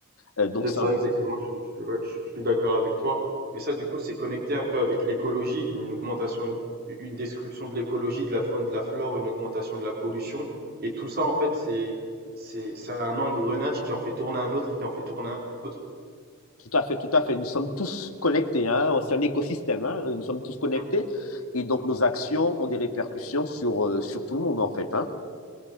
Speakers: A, on the left; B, on the right.
A: Euh, donc,
B: C'est
A: c'est
B: ça,
A: un-
B: exactement. Je, je- ouais, je- je suis d'accord avec toi. Mais ça, du coup, c'est connecté un peu avec l'écologie, une augmentation, de- une destruction de l'écologie, de la faune, de la flore, une augmentation de la pollution. Et tout ça, en fait, c'est, c'est, c'est un engrenage qui en fait tourner un autre, qui en fait tourner un autre.
A: tout à fait, tout à fait. Nous sommes tous connectés, hein. c'est un écosystème, hein. nous sommes tous connectés.
B: Mm.
A: Et donc, nos actions ont des répercussions sur, euh, sur tout le monde, en fait. Hein.